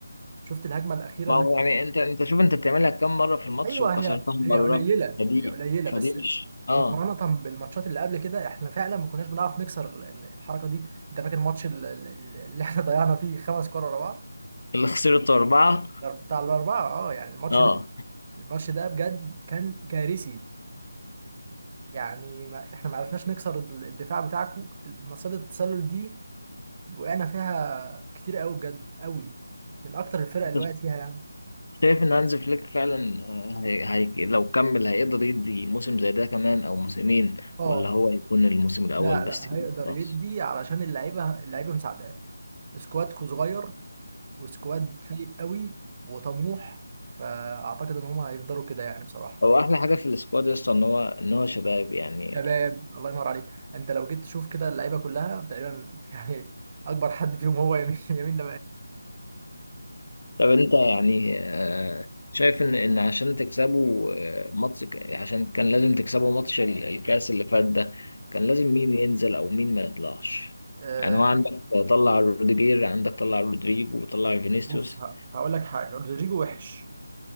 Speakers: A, on the right (about 30°); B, on the left (about 70°).
A: شفت الهجمه الاخيره
B: ما
A: اللي...
B: هو يعني انت انت شوف انت بتعملها كام مره
A: <laughs>
B: في الماتش
A: ايوه
B: وكسرتها
A: هي
B: مره
A: هي قليله
B: فدي
A: هي قليله
B: فدي
A: بس
B: مش اه
A: مقارنه بالماتشات اللي قبل كده احنا فعلا ما كناش بنعرف نكسر ال- ال- الحركه دي انت فاكر الماتش ال- ال- اللي احنا ضيعنا فيه خمس كور ورا بعض
B: اللي خسرته اربعه
A: بتاع الاربعه اه يعني الماتش
B: اه
A: ده الماتش ده بجد كان كارثي يعني ما احنا ما عرفناش نكسر ال- الدفاع بتاعكم مصيدة التسلل دي وقعنا فيها كتير قوي بجد قوي من اكتر الفرق اللي
B: انت
A: وقعت فيها يعني
B: شايف ان هانز فليك فعلا آه، هي... هي... لو كمل هيقدر يدي موسم زي ده كمان او موسمين
A: اه
B: ولا هو يكون الموسم الاول
A: لا
B: بس
A: لا هيقدر
B: خلاص
A: يدي علشان اللعيبه اللعيبه مساعداه سكوادكو صغير وسكواد فايق قوي وطموح فاعتقد ان هم هيفضلوا كده يعني بصراحه
B: هو احلى حاجه في السكواد يا اسطى ان هو ان هو شباب يعني
A: شباب الله ينور عليك انت لو جيت تشوف كده اللعيبه كلها تقريبا يعني اكبر حد فيهم هو يمين <laughs> يمين
B: طب انت يعني آه، شايف ان ان عشان تكسبوا آه، ماتش عشان كان لازم تكسبوا ماتش ال- الكاس اللي فات ده كان لازم مين ينزل او مين ما يطلعش
A: لمال
B: يعني هو عندك طلع روديجير عندك طلع رودريجو وطلع فينيسيوس
A: بص ه- هقول لك حاجه رودريجو وحش